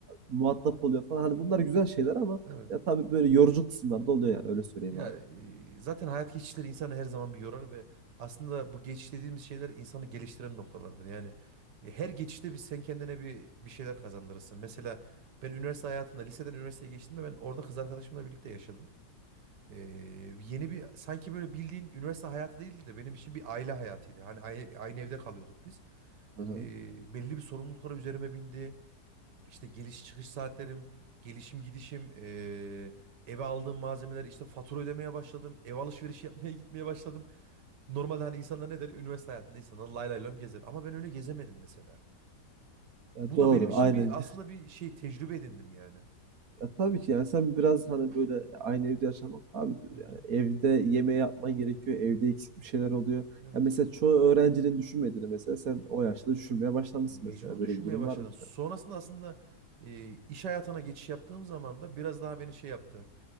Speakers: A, on the right; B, on the right.
A: muhatap oluyor falan. Hani bunlar güzel şeyler ama
B: Evet.
A: ya tabii böyle yorucu kısımlar da oluyor yani öyle söyleyeyim
B: Ya
A: abi.
B: e, zaten hayat geçişleri insanı her zaman bir yorar ve aslında bu geçiş dediğimiz şeyler insanı geliştiren noktalardır. Yani e, her geçişte biz sen kendine bir bir şeyler kazandırırsın. Mesela ben üniversite hayatında liseden üniversiteye geçtiğimde ben orada kız arkadaşımla birlikte yaşadım. Ee, yeni bir sanki böyle bildiğin üniversite hayatı değildi de benim için bir aile hayatıydı. Hani aynı, aynı evde kalıyorduk biz.
A: Hı hı.
B: Ee, belli bir sorumluluklara üzerime bindi. İşte geliş çıkış saatlerim, gelişim gidişim, ee, eve aldığım malzemeler, işte fatura ödemeye başladım. Ev alışverişi yapmaya <laughs> gitmeye başladım. Normalde hani insanlar ne der? Üniversite hayatında insanlar lay lay lom gezer. Ama ben öyle gezemedim mesela.
A: Ya
B: Bu
A: doğru
B: da benim için
A: aynen.
B: bir aslında bir şey tecrübe edindim yani.
A: Ya tabii ki yani sen biraz hani böyle aynı evde yaşamak abi
B: Hı
A: yani
B: hı.
A: evde yeme yapman gerekiyor. Evde eksik bir şeyler oluyor.
B: Evet.
A: Ya mesela çoğu öğrencinin düşünmediğini mesela sen o yaşta düşünmeye başlamışsın
B: mecbur
A: mesela. Böyle
B: düşünmeye
A: bir durum
B: başladım.
A: varmış
B: Sonrasında
A: yani.
B: aslında e, iş hayatına geçiş yaptığım zaman da biraz daha beni şey yaptı.